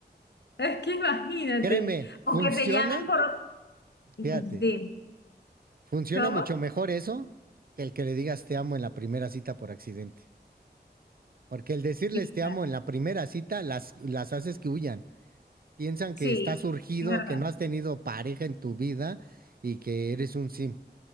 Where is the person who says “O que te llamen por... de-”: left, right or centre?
Left